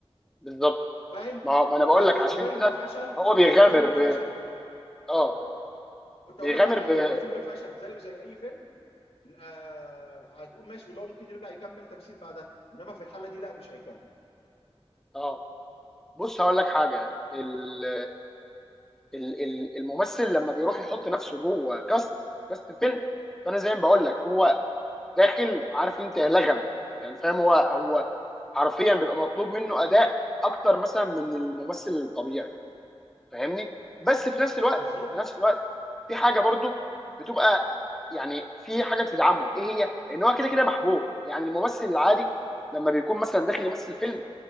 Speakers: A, in the centre; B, on the left (about 75°).
A: بالظبط
B: فاهم
A: ما هو ما انا بقول
B: فلو
A: لك عشان
B: الفيلم
A: كده
B: فشل
A: هو بيغامر
B: لو الفيلم
A: ب...
B: فشل
A: اه
B: مم. كنت
A: بيغامر
B: اقول لك اللي هو يعني
A: ب...
B: لو الفيلم فشل زيه زي اي فيلم آه هتقول ماشي اللي هو ممكن يرجع يكمل تمثيل بعدها انما في الحاله دي لا مش هيكمل
A: اه بص هقول لك حاجه ال... ال... ال- الممثل لما بيروح يحط نفسه جوه كاست كاست فيلم فانا زي ما بقول لك هو داخل عارف انت لغم يعني فاهم هو هو حرفيا بيبقى مطلوب منه اداء اكتر مثلا من الممثل الطبيعي فاهمني بس في نفس الوقت
B: بالظبط
A: في نفس الوقت في حاجه برضو بتبقى يعني في حاجه بتدعمه ايه هي ان هو كده كده محبوب يعني الممثل العادي لما بيكون مثلا داخل يمثل فيلم